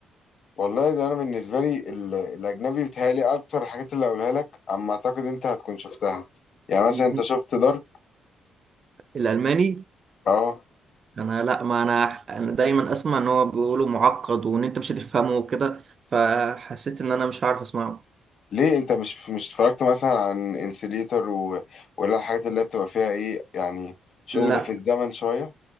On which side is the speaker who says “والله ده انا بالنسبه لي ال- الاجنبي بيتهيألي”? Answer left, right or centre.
Left